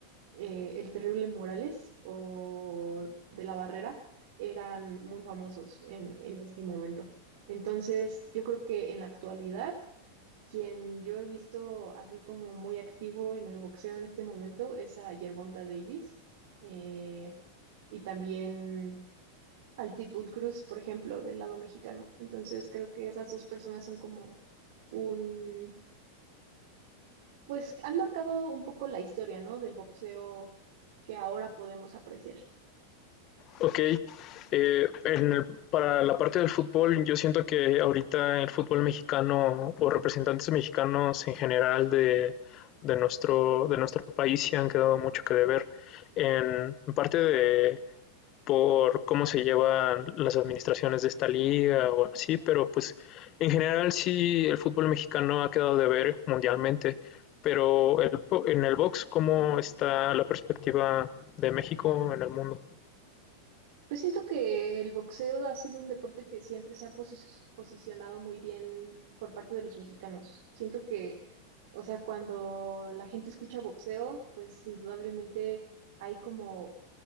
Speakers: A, on the right; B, on the left.
A: eh, el Terrible Morales o de la Barrera eran muy famosos en, en ese momento. Entonces, yo creo que en la actualidad, quien yo he visto así como muy activo en el boxeo en este momento es a Gervonta Davis eh, y también al Pitbull Cruz, por ejemplo, del lado mexicano. Entonces, creo que esas dos personas son como un pues han marcado un poco la historia, ¿no? Del boxeo que ahora podemos apreciar.
B: Ok, eh, en el- para la parte del fútbol, yo siento que ahorita el fútbol mexicano o representantes mexicanos en general de, de nuestro, de nuestro país se han quedado mucho que deber en parte de, por cómo se llevan las administraciones de esta liga o así, pero pues en general sí el fútbol mexicano ha quedado de ver mundialmente, pero el, en el box, ¿cómo está la perspectiva de México en el mundo?
A: Pues siento que el boxeo ha sido un deporte que siempre se ha posi- posicionado muy bien por parte de los mexicanos. Siento que, o sea, cuando la gente escucha boxeo, pues indudablemente hay como